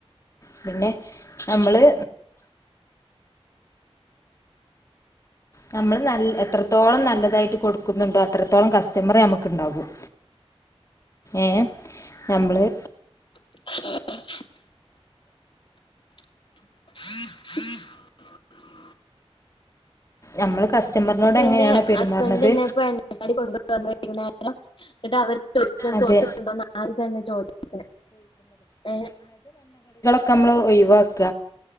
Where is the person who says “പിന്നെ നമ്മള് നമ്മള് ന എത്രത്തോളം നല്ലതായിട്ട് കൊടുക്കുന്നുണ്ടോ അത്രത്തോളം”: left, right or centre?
Left